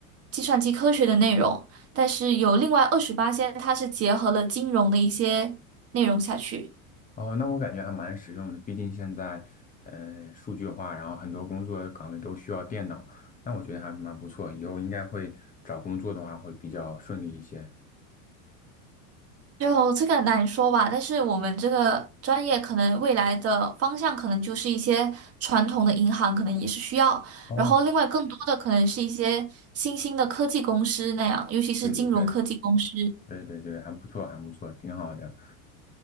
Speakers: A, on the right; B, on the left.
A: 计算机科学的内容，但是有另外二十八先，它是结合了金融的一些内容下去。
B: 哦，那我感觉还蛮实用的，毕竟现在呃数据化，然后很多工作岗位都需要电脑，那我觉得还蛮不错，以后应该会找工作的话会比较顺利一些。
A: 就这个难说吧，但是我们这个专业可能未来的方向可能就是一些传统的银行，可能也是需要，
B: 哦，
A: 然后另外更多的可能是一些新兴的科技公司那样，尤其是金融科技公司。
B: 对对对对对对，还不错，还不错，挺好的。